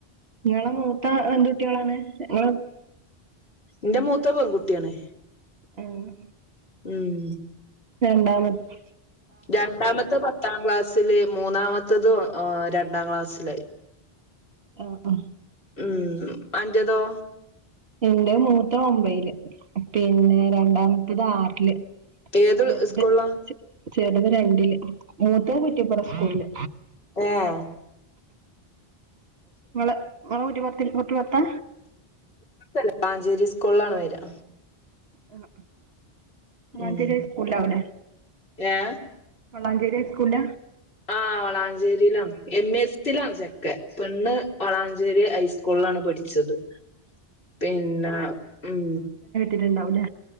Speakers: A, on the right (about 75°); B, on the left (about 80°).
A: നിങ്ങളെ മൂത്ത എന്തുകുട്ടികളാണ് ങ്ങള്
B: ന്റെ മൂത്തെ പേങ്കുട്ട്യാണ്
A: ആഹ്
B: ഉം
A: രണ്ടാമത്തെ
B: രണ്ടാമത്തെ പത്താ ക്ലാസ്സില് മൂന്നാമത്തത് ഓ രണ്ടാക്ലാസ്സില്
A: ആഹ് ആഹ്
B: ഉം അന്റതോ
A: ഇന്റെ മൂത്തെ ഒമ്പയില് പിന്നെ രണ്ടാമത്തത് ആറ്ല്
B: ഏത്
A: ചെറുത്
B: സ്കൂളിലാ
A: ചെറുത് രണ്ടില് മൂത്തെ കുറ്റിപ്പുറം സ്കൂൾല്
B: ഏഹ്
A: ങ്ങളെ ങ്ങളെ കുറ്റിപൊർത്തി കുറ്റിപൊർത്താ
B: വളാഞ്ചേരി സ്കൂൾലാണ് വരാ
A: ഹേ ഹ് വളാഞ്ചേരി
B: ഉം
A: സ്കൂൾലാവുലേ
B: ഏ
A: വളാഞ്ചേരി ഹൈ സ്കൂൾല
B: ആ വളാഞ്ചേരിയിലാണ് എം എസ് റ്റിലാണ് ചെക്കൻ പെണ്ണ് വളാഞ്ചേരി ഹൈസ്കൂ സ്കൂളിലാണ് പഠിച്ചത് പിന്നെ ഉം
A: ഇതിൽണ്ടാവൂലേ